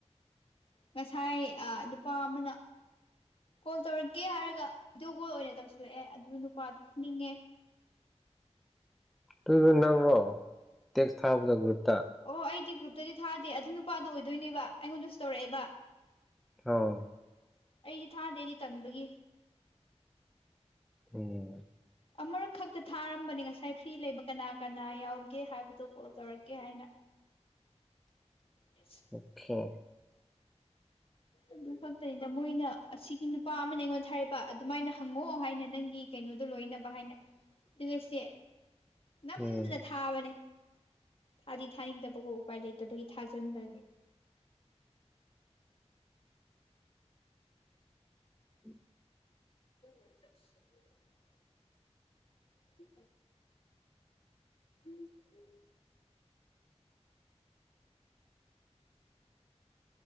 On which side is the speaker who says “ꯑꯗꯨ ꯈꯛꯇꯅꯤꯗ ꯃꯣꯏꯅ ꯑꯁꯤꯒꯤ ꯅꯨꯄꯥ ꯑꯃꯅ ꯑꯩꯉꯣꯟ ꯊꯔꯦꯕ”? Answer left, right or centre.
Left